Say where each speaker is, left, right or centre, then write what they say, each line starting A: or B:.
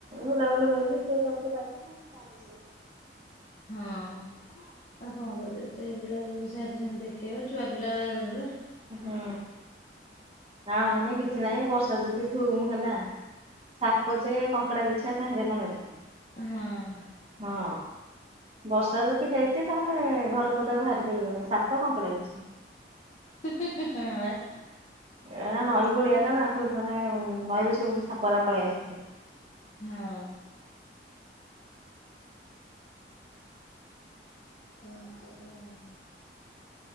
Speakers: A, on the right; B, on the left.
A: ବୁଲାବୁଲି କରିକି ଯିଏ ଯେମିତି ପାଇଲେ ହଁ ଯାଆନ୍ତି ସବୁ। ରଜ ମହୋତ୍ସବ।
B: ହଁ। ଆଉ କଣ କରିବ ସେଇ ବୁଲାବୁଲି ସାର ଯେନ୍ତି ଦେଖେଇବେ ଛୁଆ ପିଲା ହେବେ।
A: ହୁଁ ଆଉ ନହଲେ କିଛି ନାଇଁ ବର୍ଷା ଯଦି ଧୁମ ହେଲା ସାପ ଜେ କଙ୍କଡ଼ା ବିଛା କାହିଁରେ କଣ ଏଠି।
B: ହୁଁ।
A: ହଁ ବର୍ଷା ଯଦି ହେଇଚି ଯିଏ ତମେ ଘରୁ ପଦାକୁ ବାହାରିପାରିବନି ସାପ, କଙ୍କଡାବିଛା।
B: <inaudible>
A: ଏରା ନଈକୂଳିଆଟା ନା ସବୁ ମାନେ ନଈରୁ ସବୁ ସାପରା ପଳେଇଆସନ୍ତି।
B: ହୁଁ। <inaudible>